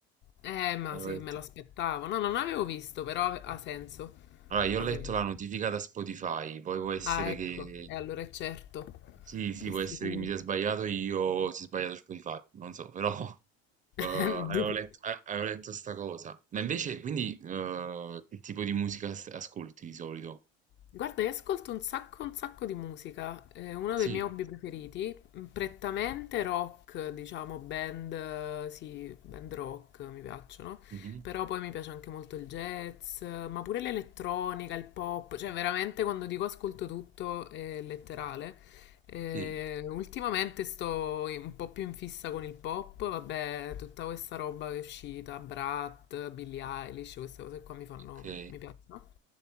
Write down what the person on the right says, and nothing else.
Allora,
allora, io
ho letto
la notifica da Spotify, poi può essere
che...
Sì, sì,
può
essere che mi sia sbagliato io, o si è sbagliato Spotify, non so, però...
Eh, avevo letto, eh, avevo letto sta cosa. Ma invece, quindi, eh, che tipo di musica as- ascolti di solito?
Sì,
mhm,
Sì,
ok,